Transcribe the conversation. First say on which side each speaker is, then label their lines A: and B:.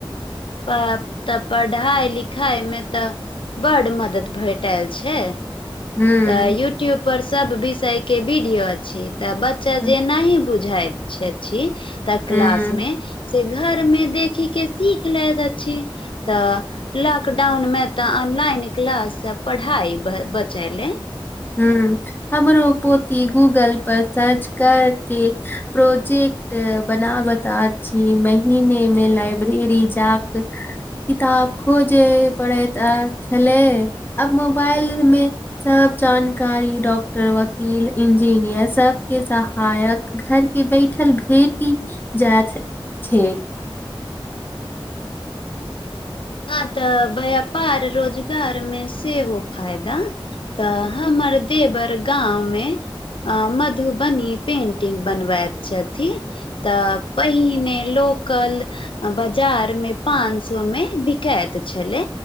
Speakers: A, on the left; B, on the left.
A: प तऽ पढ़ाई लिखाइ मे तऽ बड मदद भेटल छै
B: हूँ
A: तऽ यूट्यूब पर सब विषय के वीडियो छी तऽ बच्चा
B: हूँ
A: जेनाही बुझाय अच्छा अच्छी तऽ क्लास
B: हूँ
A: मे से घर मे देखी के सीख लैत अछि तऽ लक लकडाउन मे तऽ ऑनलाइन क्लास पढ़ाइ बचैले
B: ह हमर ओ पोथी गूगल पर सर्च करके प्रोजेक्ट बना बता छी महीने मे लाइब्रेरी जाक किताब खोजे पड़ैत आ छलै आब मोबाइल मे सब जानकारी डॉक्टर वकील इंजीनियर सब के सहायक घर के बैठ भेटी जा छै
A: हँ तऽ व्यापार रोजगार मे सेहो फायदा तऽ हम हमर देवर गाँवमे अ मधुबनी पेंटिंग बनबैत छथिन तऽ पहिने लोक कल बाजार मे पाँच सौ मे बिक कैत छलै